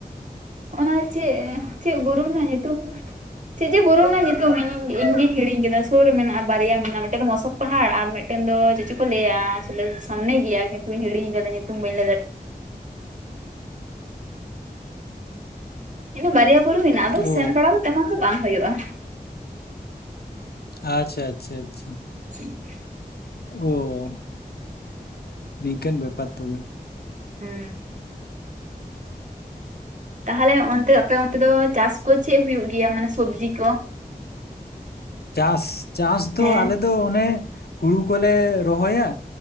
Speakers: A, on the right (about 50°); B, on the left (about 80°).
A: ᱚᱱᱟ ᱪᱮᱫ ᱪᱮᱫ ᱵᱩᱨᱩ ᱨᱮᱱᱟᱜ ᱧᱩᱛᱩᱢ ᱪᱤᱡᱮ ᱵᱩᱨᱩᱢᱟ ᱧᱩᱛᱩᱢ <inaudible> ᱦᱤᱲᱤᱧ ᱠᱮᱫᱟ ᱥᱩᱨ ᱨᱮ ᱢᱮᱱᱟᱜᱼᱟ ᱵᱟᱨᱭᱟ ᱢᱮᱱᱟᱜᱼᱟ ᱢᱤᱫᱴᱮᱱ ᱫᱚ ᱢᱚᱥᱚᱠ ᱯᱟᱦᱟᱲ ᱟᱨ ᱢᱤᱫᱴᱮᱱ ᱫᱚ ᱪᱮᱫ ᱪᱚ ᱠᱚ ᱞᱟᱹᱭᱟ ᱥᱟᱢᱱᱮ ᱜᱮᱭᱟ ᱛᱧ ᱦᱤᱲᱤᱧ ᱫᱟ ᱧᱩᱛᱩᱢ ᱵᱟᱹᱧ ᱤᱱᱟᱹ ᱵᱟᱨᱭᱟ ᱵᱩᱨᱩ ᱢᱮᱱᱟᱜᱼᱟ ᱮᱱᱟᱜ ᱟᱫᱚ
B: ᱚ
A: ᱥᱮᱱ ᱵᱟᱲᱟ ᱫᱚ ᱛᱮᱢᱚᱱ ᱫᱚ ᱵᱟᱝ ᱦᱩᱭᱩᱜᱼᱟ
B: ᱟᱪᱪᱷᱟ ᱟᱪᱪᱷᱟ ᱟᱪᱪᱷᱟ
A: <unintelligible>
B: ᱚ ᱱᱤᱝᱠᱟᱹᱱ ᱵᱮᱯᱟᱨ ᱛᱚᱵᱮ
A: ᱦᱮᱸ ᱛᱟᱦᱚᱞᱮ ᱚᱱᱛᱮ ᱟᱯᱮ ᱚᱱᱛᱮ ᱫᱚ ᱪᱟᱥ ᱠᱚ ᱪᱮᱫ ᱦᱩᱭᱩᱜ ᱜᱮᱭᱟ ᱢᱟᱱᱮ ᱥᱚᱵᱡᱤ ᱠᱚ
B: ᱪᱟᱥ ᱪᱟᱥ ᱫᱚ
A: ᱦᱮᱸ
B: ᱟᱞᱮ ᱫᱚ ᱚᱱᱮ ᱦᱩᱲᱩ ᱠᱚᱞᱮ ᱨᱚᱦᱚᱭᱟ